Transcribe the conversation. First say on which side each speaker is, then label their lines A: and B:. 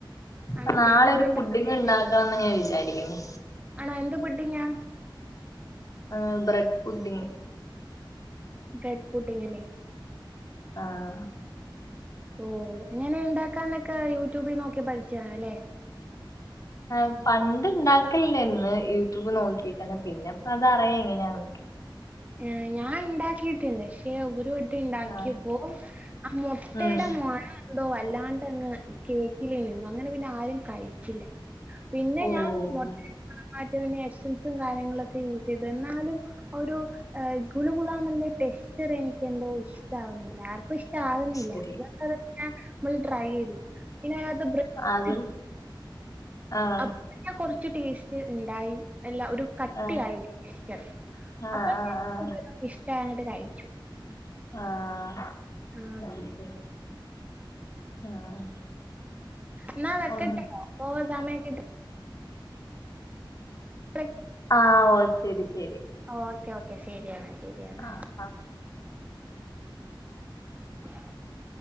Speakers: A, on the right; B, on the left.
A: ആണോ
B: പ്പം നാളെരു
A: കേക്കൊക്കെ ഉണ്ടാക്ക
B: പുഡിങ് ണ്ടാക്കണംന്ന് ങ്ങനെ വിചാരിയ്ക്കുന്നു
A: ആണാ എന്ത് പുഢിങ്ങാ
B: ആ ബ്രഡ് പുഡിങ്ങ്
A: ബ്രെഡ് പുഡിങ് അല്ലേ
B: ആഹ്
A: ഓ എങ്ങനെ ണ്ടാക്കാന്നൊക്കെ യൂറ്റൂബിൽ നോക്കി പഠിച്ചാണും ല്ലേ
B: ആ പണ്ട് ണ്ടാക്കല്ണ്ടേര്ന്ന്‌ യൂറ്റൂബ് നോക്കീട്ടന്നെ പിന്നെപ്പ അത് അറിയാ എങ്ങനെയാന്ന്
A: ഏ ഞാൻ ണ്ടാക്കീട്ട്ണ്ട് പിന്നെ ഒരു വട്ടം ഉണ്ടാക്കിയപ്പോ
B: ആഹ്
A: ആ മുട്ടയുടെ
B: ഉം
A: മണം ന്തോ വല്ലാണ്ടങ്ങ് കേക്കിലേൽ നിന്നു അങ്ങനെ പിന്നെ ആരും കഴിച്ചില്ല പിന്നെ
B: ഓഹ്
A: ഞാൻ മൊട്ട് മാറ്റേ എസൻസും കാര്യങ്ങളൊക്കെ യൂസ് ചെയ്ത് എന്നാലും ഒരു എഹ് ഗുള് ഗുളാന്നുള്ള ടെസ്റ്ററ് എനിക്ക് എന്തോ ഇഷ്ടാവുന്നില്ലാ ഇപ്പൊ ഇഷ്ടം ആവുന്നില്ല
B: ശരി
A: <unintelligible> മ്മള് ട്രൈ ചെയ്തു പിന്നെ അതിനകത്ത് ബ്രഡ്
B: അതും ആഹ്
A: അപ്പൊ ഞാൻ കൊറച്ച് ടേസ്റ്റ് ഉണ്ടായി എല്ലാം ഒരു കട്ടിയായി
B: ആഹ്
A: ടെസ്റ്റർ
B: ആഹ്
A: അപ്പൊ
B: ആഹ് ആഹ്
A: കുഞ്ഞിനും ഇഷ്ടായി അങ്ങട്ട് കഴിച്ചു
B: ആഹ്
A: ആ
B: അത് ശരി ആഹ്
A: ന്നാ വെക്കട്ടട്ടോ
B: ഒന്ന്
A: ഓവർ സമയക്കായിട്ട് <unintelligible>
B: ആഹ് ഒഹ് ശെരി ശെരി
A: ഓക്കെ ഓക്കെ ശരിയാണ് ശരിയാണ്
B: ആഹ് ആഹ്
A: <inaudible>